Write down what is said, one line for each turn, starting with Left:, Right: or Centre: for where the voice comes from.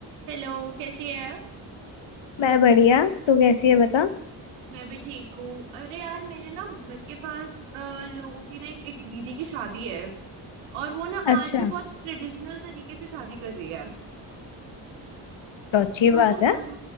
Right: Hello कैसी है
Left: मैं बढ़िया तू कैसी है बता
Right: मैं भी ठीक हूँ अरे यार मेरे ना घर के पास अ, लोगों की ना एक दीदी की शादी है और वो ना
Left: अच्छा
Right: आज भी बहुत ट्रेडिशनल तरीके से शादी कर रही है
Left: तो अच्छी बात
Right: तो तू सम...
Left: है